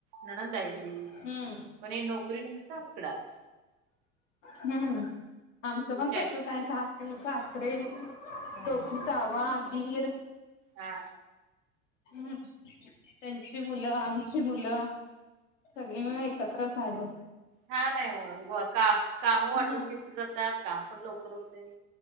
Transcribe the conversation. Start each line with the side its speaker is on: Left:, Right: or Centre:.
Right: ननंदय घरी
Left: हम्म
Right: पण हे नोकरी निम्मित इकडं आलो
Left: हम्म आमचं
Right: तुम्ही
Left: पण
Right: काय
Left: तसचयच सासरे
Right: हम्म
Left: दोघी जावा धीर
Right: हा
Left: हम्म त्यांची मुलं आमची मुलं सगळी मिळून एकत्रच आहोत
Right: हा नाही का काम वाटून
Left: हा
Right: घेतली जातात काम पण लवकर होत